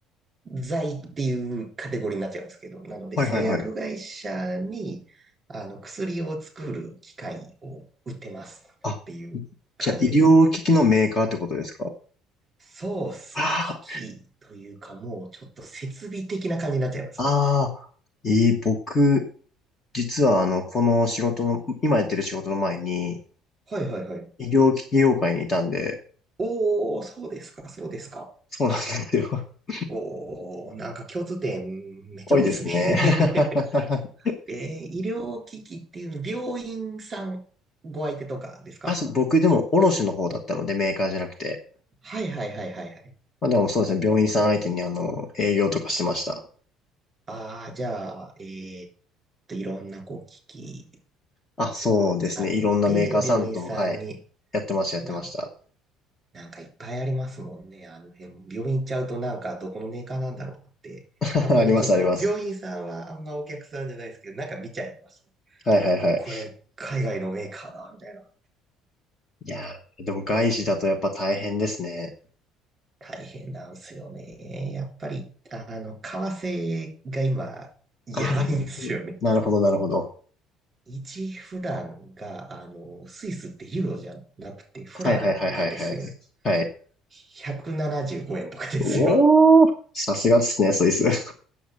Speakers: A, on the right; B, on the left.
A: 剤っていうカテゴリーになっちゃうんですけど、なので、
B: はいはいはい。
A: 製薬会社に、あの、薬を作る機械を売ってますっていう感じです。
B: あ、じゃあ医療機器のメーカーってことですか
A: そうっすね。
B: あ
A: 危機器というか、もうちょっと設備的な感じになっちゃいますね。
B: あ、ああ、えー僕、実はあの、この仕事の、今やってる仕事の前に
A: はいはいはい。
B: 医療機器業界にいたんで、
A: おー、そうですか、そうですか。
B: そうなんですよ。<laughs>
A: おー、なんか共通点めっちゃ多いっすね。
B: 多いですね。<laughs>
A: <laughs> えー、医療機器っていうの、病院さんご相手とかですか
B: あ、そう、僕でも卸の方だったのでメーカーじゃなくて。
A: はいはいはいはいはい。
B: まあでもそうですね、病院さん相手にあの、営業とかしてました。
A: ああ、じゃあ、えーっと、いろんなこう機器
B: あ、そうですね、
A: あって、
B: いろんなメーカーさんとも、
A: 病院さんに、
B: はい、やってました、やってました。
A: なんなんかいっぱいありますもんね。あの辺も。病院行っちゃうとなんかどこのメーカーなんだろうって。
B: <laughs>
A: あんまりちょっと、
B: あります、あります。
A: 病院さんはあんまお客さんじゃないですけど、なんか見ちゃいますね。
B: はいはいはい。
A: あ、これ海外のメーカーだ、みたいな。
B: いやー、でも外資だとやっぱ大変ですね。
A: 大変なんすよね。やっぱり、あの、為替が今、やばいんですよね。
B: ああなるほど、なるほど。
A: 1フランが、あの、スイスってユーロじゃなくてフランなんですよ。
B: はいはいはいはいはい。はい。
A: 175円とかですよ。
B: おー、さすがですね、スイス。<laughs>